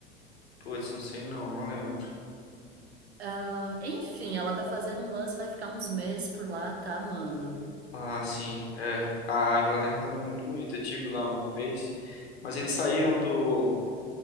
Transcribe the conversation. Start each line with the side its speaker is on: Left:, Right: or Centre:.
Left: Putz, não sei não, não lembro.
Right: Ah, enfim, ela tá fazendo um lance, vai ficar uns meses por lá, tá amando.
Left: Ah, sim, é. A Inglaterra também é muito bonita. Eu tive lá uma vez, mas eles saíram do